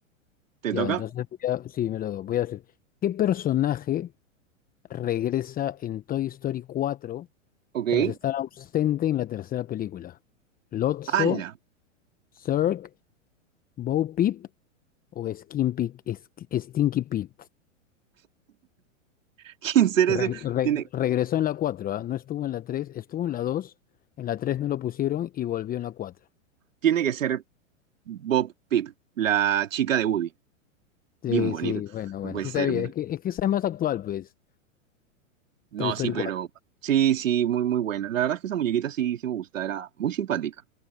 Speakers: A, on the right (about 80°); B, on the left (about 20°).
A: ¿Te
B: ya.
A: toca?
B: Entonces, voy a- sí, me lo doy. Voy a decir. ¿Qué personaje regresa en Toy Story cuatro
A: Ok.
B: tras estar ausente en la tercera película? ¿Lotso,
A: ¡Hala!
B: Zurg, Bo Peep o Skimpy- Sk- Stinky Pete?
A: <laughs> ¿Quién será
B: re-
A: ese?
B: re-
A: Tiene,
B: regresó en la cuatro, ¿ah? No estuvo en la 3, estuvo en la dos, En la tres no lo pusieron y volvió en la 4.
A: tiene que ser Bob Pip, la chica de Woody.
B: Sí,
A: Bien bonito.
B: sí, bueno, bueno,
A: No puede
B: sí
A: ser.
B: sabía. Es que, es que esa es más actual, pues.
A: No,
B: Toy Story
A: sí, pero.
B: cuatro.
A: Sí, sí, muy, muy buena. La verdad es que esa muñequita sí, sí me gusta, era muy simpática.